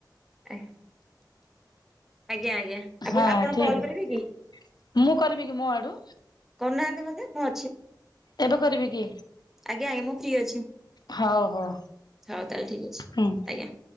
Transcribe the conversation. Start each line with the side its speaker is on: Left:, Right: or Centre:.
Centre: <inaudible> ଆଜ୍ଞା ଆଜ୍ଞା। ଆପଣ
Left: ହଁ
Centre: ଆପଣ
Left: ଠିକ
Centre: କଲ୍ କରିବେ କି
Left: ମୁଁ କରିବି କି ମୋ ଆଡୁ।
Centre: କରୁନାହାନ୍ତି ମତେ ମୁଁ ଅଛି।
Left: ଏବେ କରିବି କି
Centre: ଆଜ୍ଞା ଆଜ୍ଞା ମୁଁ ଫ୍ରି ଅଛି।
Left: ହଉ ହଉ
Centre: ହଉ ତାହେଲେ ଠିକ ଅଛି
Left: ହୁଁ।
Centre: ଆଜ୍ଞା।